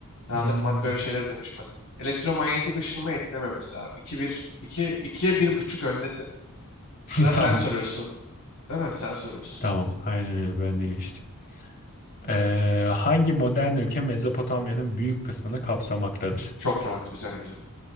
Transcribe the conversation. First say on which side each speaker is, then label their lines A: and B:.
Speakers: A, on the left; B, on the left.
A: Karanlık
B: Hmm.
A: madde öyle şeylere dönüşmez. Elektromanyetik ışınımı etkilememesi abi. iki bir iki ikiye bir buçuk öndesin. Sıra
B: <laughs>
A: sen
B: Tamam.
A: soruyorsun. Değil mi? Sen soruyorsun.
B: Tamam. Aynen öyle. Ben de geçtim. Ee, hangi modern ülke Mezopotamya'nın büyük kısmını kapsamaktadır?
A: Çok rahat, güzel güzel.